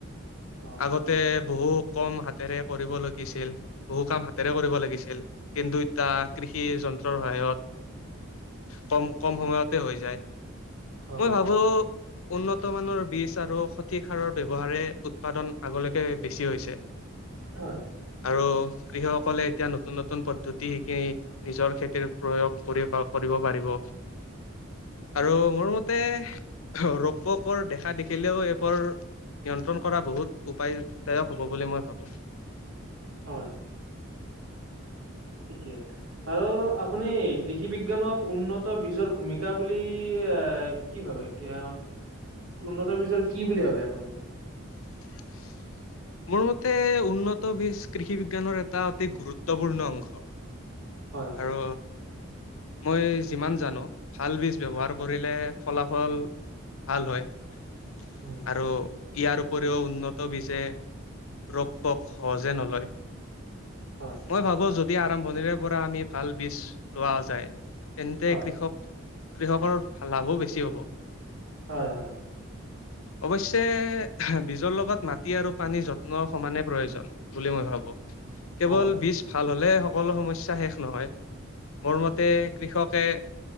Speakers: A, on the right (about 80°); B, on the left (about 80°).
A: অ
B: আগতে বহু কম হাতেৰে কৰিব লগিছিল। বহু কাম হাতেৰে কৰিব লাগিছিল কিন্তু এতিয়া কৃষি যন্ত্ৰৰ সহায়ত কম কম সময়তে হৈ যায়।
A: হয়
B: মই ভাবো উন্নত মানৰ বীজ আৰু সঠিক সাৰৰ ব্যৱহাৰে উৎপাদন আগলৈকে বেছি হৈছে।
A: হয়।
B: আৰু কৃষকসকলে এতিয়া নতুন নতুন পদ্ধতি শিকি নিজৰ খেতিৰ প্ৰয়োগ কৰিব কৰি কব পৰিব। আৰু মোৰ মতে ৰপকৰ দেখা দেখিলেও এইবোৰ নিয়ন্ত্ৰণ কৰা বহুত উপায়দায়ক হ'ব বুলি মই ভাবোঁ।
A: হয়। ঠিকে বাৰু আপুনি কৃষি বিজ্ঞানত উন্নত বীজৰ ভূমিকা বুলি আ কি ভাবে? কি উন্নত বীজৰ কি বুলি ভাবে আপুনি‌ কওক?
B: <unintelligible> মোৰ মতে উন্নত বীজ কৃষি বিজ্ঞানৰ এটা অতি গুৰুত্বপূৰ্ণ অংশ।
A: হয়
B: আৰু মই যিমান জানো ভাল বীজ ব্যৱহাৰ কৰিলে ফলাফল ভাল হয় আৰু
A: উম
B: ইয়াৰ উপৰিও উন্নত বিজে ৰক পোক সহজে নলয়।
A: হয়
B: মই ভাবো যদি যদি আৰম্ভণিৰে পৰা আমি ভাল বীজ লোৱা যায়। তেন্তে
A: হয়
B: কৃষক কৃষকৰ লাভো বেছি হ'ব।
A: হয় হয়।
B: অৱশ্যে বীজৰ লগত মাটি আৰু পানীৰ যত্নৰ সমানে প্ৰয়োজন বুলি মই ভাবো। কেৱল
A: হয়
B: বীজ ভাল হলে সকলো সমস্যা শেষ নহয়। মোৰ মতে কৃষকে